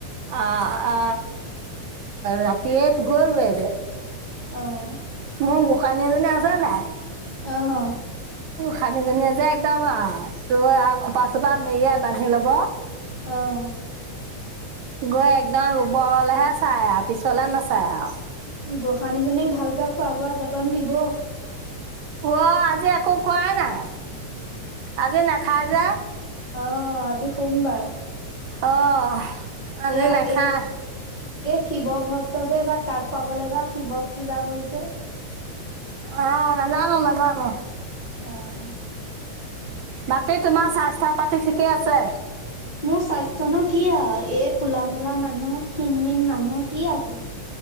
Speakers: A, on the right (about 75°); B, on the left (about 20°).
A: অ', আ ৰাতিে গৌ ৰাও গে।
B: অ',।
A: মোৰ গোসাঁনী এজনী আছে নাই?
B: আহ।
A: খানিজনীয়ে যে একদম ত খোপা চোপা মেৰিয়াই বান্ধি লব।
B: আহ।
A: গৈ একদম ৰুবলৈহে চাই আৰু পিছলে নাচায় আৰু
B: গোঁসানীজনীক ভালকে খোৱা বোৱা যতন দিব
A: অ আজি একো খোৱাই নাই আজি নেখাই যে
B: অ আজি সোমবাৰ
A: অঁ আব
B: এয়া
A: নখা
B: এয়া এই শিৱ ভক্ত যে এইব কাক পাবলে বা শিৱক পূজা কৰিছে
A: অ নাজানো নাজানো
B: আহ
A: বাকী তোমাৰ স্বাস্থ্য পাতি ঠিকে আছে
B: োৰ স্বাস্থ্্যনো কি আৰু এই কোলা মলা মানুহ ক্ষীণ মন মানুহ কি আছে